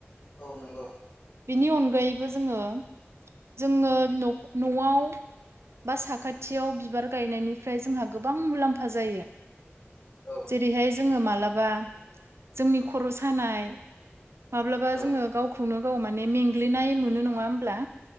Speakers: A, on the left; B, on the right.
A: औ नंगौ।
B: बेनि अनगायैबो जोङो जोङो न'आव बा साखाथियाव बिबार गायनायनिफ्राय जोंहा गोबां मुलाम्फा जायो।
A: औ
B: जेरैहाय जोङो मालाबा जोंनि खर' सानाय। माब्लाबा
A: औ
B: जोङो गावखौनो गाव माने मेंग्लिनाय मोनो नङा होमब्ला।